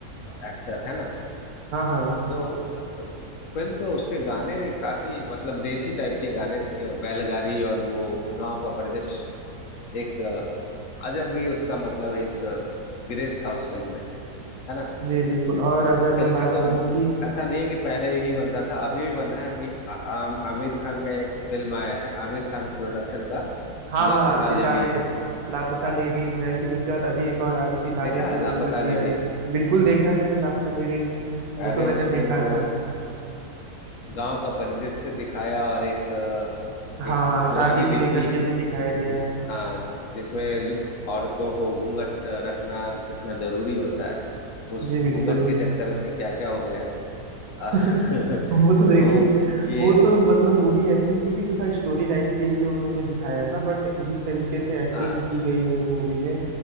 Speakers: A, on the left; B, on the right.
A: एक्टर है ना
B: हाँ हाँ
A: तो तो फिल्म तो उसके गाने काफी मतलब देसी टाइप के गाने थे और बैलगाड़ी और वो गांव का परिदृश्य एक अ, अजब ही उसका मतलब एक ग्रेस था उस फिल्म में है ना
B: जी बिल्कुल
A: तो
B: और अगर
A: फिल्में
B: मैं बात
A: तो
B: करूँ कि
A: ऐसा नहीं है कि पहले ही बनता था अभी भी बना है अभी आ, आम- आमिर खान का एक फिल्म आया है आमिर खान प्रोडक्शन का
B: हाँ हाँ
A: लापता
B: सितारे
A: लेडीज
B: लापता लेडीज है फिर उसके बाद अभी एक और आ रही सितारे
A: देखा
B: जमीन
A: है लापता
B: पर भी
A: लेडीज
B: आ रही बिल्कुल देखा है मैंने लापता लेडीज वो
A: अरे
B: तो मैंने
A: उसमें
B: देखा
A: जो
B: था
A: गांव का परिदृश्य दिखाया और एक अ,
B: हाँ
A: एक
B: हाँ शादी
A: पुरानी
B: को
A: रीति
B: लेकर के भी दिखाया गया
A: जिस
B: है
A: हाँ जिसमें ल- औरतों को घूंघट रखना कितना जरूरी होता है उस
B: जी बिल्कुल
A: घूंघट के चक्कर में क्या क्या हो गया
B: <laughs>
A: <laughs>
B: वो तो देखिए
A: तो ये
B: वो तो मतलब मूवी ऐसी थी कि उसका स्टोरी लाइन के लिए उन्होंने दिखाया था बट जिस तरीके से एक्टिंग
A: आ,
B: की गई है उस मूवी में